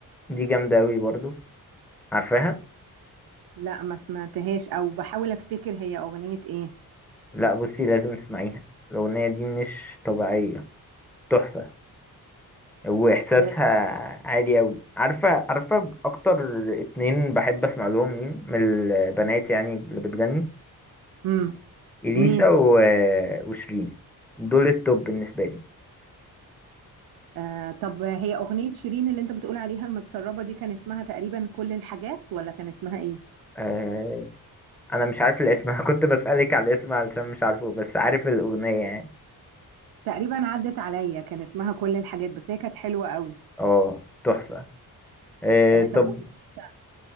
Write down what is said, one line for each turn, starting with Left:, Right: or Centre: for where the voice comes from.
Centre: دي جامدة أوي برضو عارفاها؟
Right: لا ما سمعتهاش او بحاول افتكر هي اغنية ايه
Centre: لأ بصي لازم تسمعيها الأغنية دي مش طبيعية تحفة واحساسها
Right: لا
Centre: عالي اوي عارفه عارفه اكتر اتنين بحب اسمع لهم مين من البنات يعني اللي بتغني
Right: امم
Centre: اليسا
Right: مين
Centre: و... وشيرين دول التوب بالنسبه لي
Right: آه طب هي أغنية شيرين اللي أنت بتقول عليها المتسربة دي كان اسمها تقريبا كل الحاجات ولا كان اسمها إيه؟
Centre: أه... انا مش عارف الاسم <laughs> انا كنت بسالك على الاسم علشان مش عارفه بس عارف الاغنيه يعني
Right: تقريبا عدت عليا كان اسمها كل الحاجات بس هي كانت حلوة قوي
Centre: اه تحفه أه...
Right: آه طب
Centre: طب
Right: وإليسا